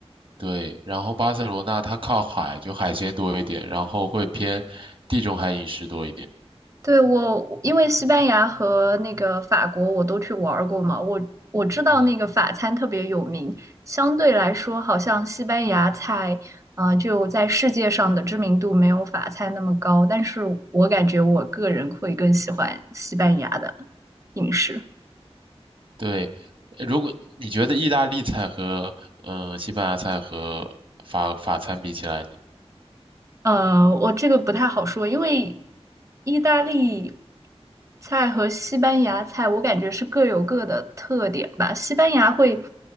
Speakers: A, on the right; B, on the right.
A: 对，然后巴塞罗那它靠海，就海鲜多一点，然后会偏地中海饮食多一点。
B: 对，我，因为西班牙和那个法国我都去玩儿过嘛，我我知道那个法餐特别有名，
A: 嗯，
B: 相对来说好像西班牙菜啊，呃就在世界上的知名度没有法餐那么高，但是我感觉我个人会更喜欢西班牙的饮食。
A: 对。呃如果你觉得意大利菜和呃西班牙菜和法法餐比起来呢？
B: 呃，我这个不太好说，因为意大利菜和西班牙菜，我感觉是各有各的特点吧。西班牙会，